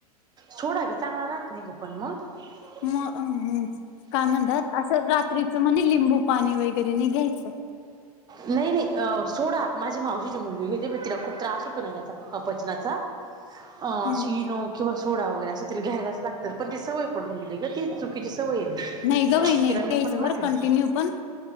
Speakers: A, on the right; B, on the left.
A: सोडा बी चांगला राहत नाही ग पण मग.. ह..
B: म काय म्हणतात असं रात्रीच म्हणे लिंबू पाणी वगैरे नाही घ्यायचं.
A: नाही, नाही सोडा माझी मावशीची मुलगी घेते बाई तिला खूप त्रास होतो ना याचा पचनाचा.. अ
B: हम्म
A: असशी इनो किंवा सोडा वगैरे असं तिला घ्यायलाच लागतात पण ती सवय पडून गेली ग ती चुकीची.. सवय आहे ती
B: नाही ग बाई! नाही
A: तिला
B: ग
A: मी
B: याच्यावरर
A: पण म्हटलं
B: कंटिन्यू पण..